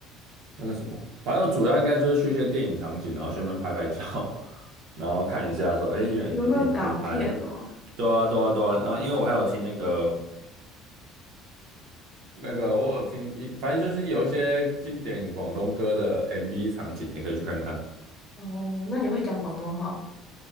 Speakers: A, on the right; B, on the left.
A: 那个什么，反正我主要应该就是去一些电影场景，然后去那边拍拍照，<laughs> 然后看一下说，哎，原来以前电影在这里拍，
B: 你说那种港片哦，
A: 对啊，对啊，对啊。然后因为我还有听那个那个，我有听一，反正就是有一些经典广东歌的 MV 场景，也可以去看看。
B: 哦，那你会讲广东话吗？